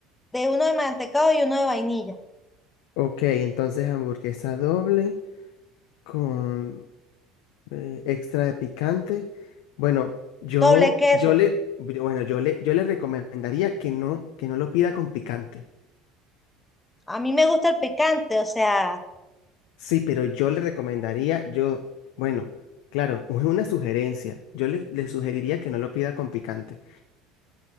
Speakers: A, on the left; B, on the left.
A: de uno de mantecado y uno de vainilla,
B: Ok, entonces hamburguesa doble con eh, extra de picante. Bueno, yo,
A: doble queso.
B: yo le, bueno, yo le, yo le recomendaría que no, que no lo pida con picante.
A: A mí me gusta el picante, o sea,
B: Sí, pero yo le recomendaría, yo, bueno, claro, <laughs> es una sugerencia. Yo le, le sugeriría que no lo pida con picante.